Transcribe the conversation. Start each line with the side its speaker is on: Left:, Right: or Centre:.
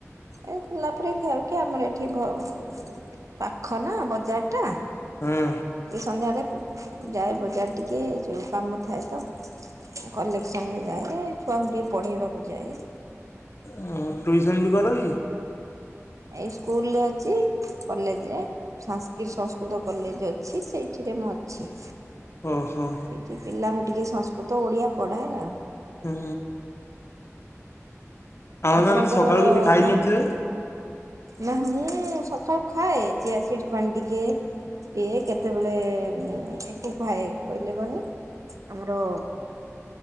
Right: ଏ <unintelligible> ଆମର ଏଇଠି ଘରୁ ପାଖ ନା ବଜାର୍ ଟା।
Left: ହଁ।
Right: ଟିକେ ସନ୍ଧ୍ୟାବେଳେ ଉ-ଉ ଯାଏ ବଜାର ଟିକେ ଯୋଉ କାମ ଥାଏତ। କଲେକ୍ସନରେ ଯାଏ, ଛୁଆଙ୍କୁ ଟିକଏ ପଢ଼େଇବାକୁ ଯାଏ।
Left: ହ ଟ୍ୟୁସନ ବି କର କି?
Right: ଏଇ ସ୍କୁଲରେ ଅଛି, କଲେଜ୍ ରେ ସାନସ୍କ୍ରିଟ୍, ସଂସ୍କୃତ କଲେଜ୍ ଅଛି, ସେଇ ଠିରେ ମୁଁ ଅଛି।
Left: ଓ ହୋ।
Right: ଏଇଠି ପିଲାଙ୍କୁ ଟିକେ ସଂସ୍କୃତ, ଓଡ଼ିଆ ପଢ଼ାଏ।
Left: ହୁଁ। ଆମ
Right: ଆପଣଙ୍କର-ଅ-ଅ-ଅ
Left: ମାନେ ସକାଳୁ କିଛି ଖାଇ
Right: କଣ?
Left: ନଥିବେ
Right: ନ ମୁଁ-ଉ-ଉ-ଉ ସକାଳୁ ଖାଏ ଚିଆସିଡ୍ ପାଣି ଟିକେ ପିଏ କେତେବେଳେ-ଏ-ଏ-ଏ ଉ-ଉ କୁ ପାଏ କହିଲେ କଅଣ ଆମର